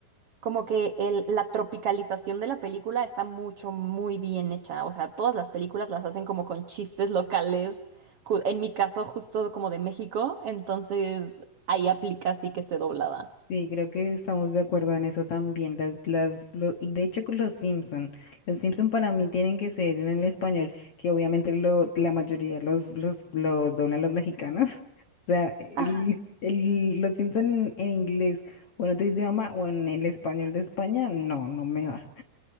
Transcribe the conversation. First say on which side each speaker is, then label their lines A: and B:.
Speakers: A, on the right (about 70°); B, on the left (about 55°).
A: como que el- la tropicalización de la película está mucho, muy bien hecha. O sea, todas las películas las hacen como con chistes locales. ju- En mi caso, justo como de México, entonces ahí aplica sí que esté doblada.
B: Sí, creo que estamos de acuerdo en eso también. Las, las, lo- y de hecho, con los Simpson, los Simpson para mí tienen que ser en el español, que obviamente lo, la mayoría los, los, los doblan los mexicanos. <laughs> O sea, el,
A: Ajá.
B: el- los Simpson en, inglés o en otro idioma o en el español de España, no, no me va.